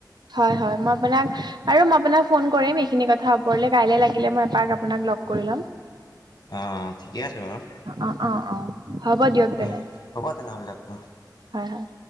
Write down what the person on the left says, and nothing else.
অ ঠিকে আছে বাৰু
উম হ'ব তেনেহ'লে দিয়ক